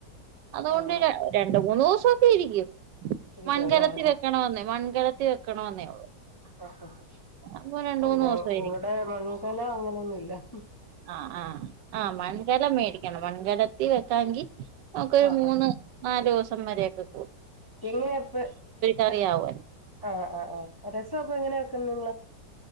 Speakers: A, on the right; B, on the left.
A: അതുകൊണ്ട്
B: ആഹ്
A: രണ്ട് മൂന്നോസക്കെ ഇരിക്കും
B: ഇരിക്കുവല്ലേ
A: മൺകലത്തി വെക്കണോന്നേ
B: ആഹ്
A: മൺകലത്തി വെക്കണോന്നേ ഉള്ളൂ
B: അഹ് ഹ ഹഅംഞ്ഞം
A: അപ്പൊ രണ്ട് മൂന്ന് ദിവസം ഇരിക്കും
B: ഇവിടെ മൺകല അങ്ങനെയൊന്നുല്ല ഉം
A: ആ ആഹ് ആഹ് മൺകലം
B: ഉം
A: മേടിക്കണം മൺകലത്തി വെക്കാമെങ്കിൽ നമുക്ക് ഒരു
B: ആഹ്
A: മൂന്ന് നാലോസം മര്യായിക്ക്കും
B: എങ്ങനെയപ്
A: കറിയാവുമല്ലോ
B: എപ് ആഹ് ആഹ് ആഹ് രസപ്പൊ എങ്ങനെയ ക്കുന്നെ നിങ്ങള്